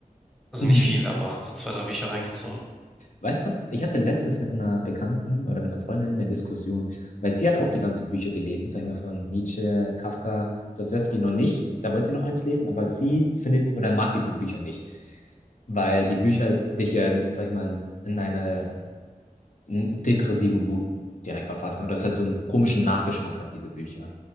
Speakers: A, in the centre; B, on the left.
A: also
B: Mhm.
A: nicht viel, aber so zwei, drei Bücher reingezogen.
B: Weißt du was? Ich hatte letztens mit einer Bekannten oder mit einer Freundin eine Diskussion, weil sie hat auch die ganzen Bücher gelesen, sag ich mal, von Nietzsche, Kafka, Dostoevsky noch nicht. Da wollte sie noch eins lesen, aber sie findet oder mag diese Bücher nicht, weil die Bücher dich ja, sag ich mal, in einer in depressiven Mut direkt verfassen oder es halt so einen komischen Nachgeschmack hat, diese Bücher.